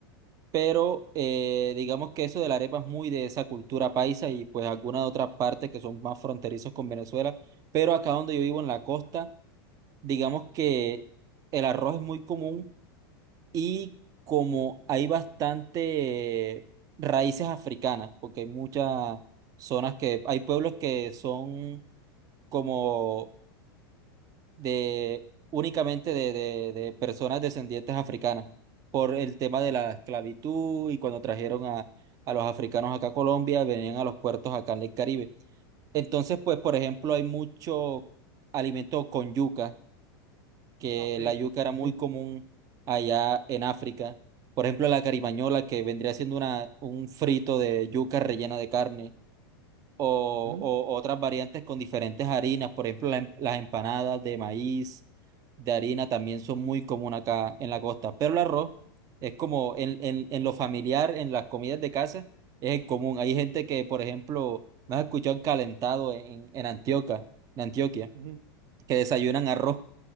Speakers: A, on the right; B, on the right.
A: Pero eh, digamos que eso de la arepa es muy de esa cultura paisa y pues algunas otras partes que son más fronterizos con Venezuela. Pero acá donde yo vivo en la costa, digamos que el arroz es muy común y como hay bastante raíces africanas, porque hay muchas zonas que, hay pueblos que son como de únicamente de, de- de personas descendientes africanas, por el tema de la esclavitud y cuando trajeron a, a los africanos acá a Colombia, venían a los puertos acá en el Caribe. Entonces, pues, por ejemplo, hay mucho alimento con yuca que
B: Ah, ok,
A: la yuca
B: ok,
A: era muy
B: sí.
A: común allá en África. Por ejemplo, la carimañola, que vendría siendo una, un frito de yuca rellena de carne, o,
B: Ujú,
A: o otras variantes con diferentes harinas. Por ejemplo, la em- las empanadas de maíz, de harina, también son muy comunes acá en la costa. Pero el arroz es como en, en, en lo familiar, en las comidas de casa, es el común. Hay gente que, por ejemplo, me has escuchado el calentado en, en Antioquia, en Antioquia,
B: ujú.
A: que desayunan arroz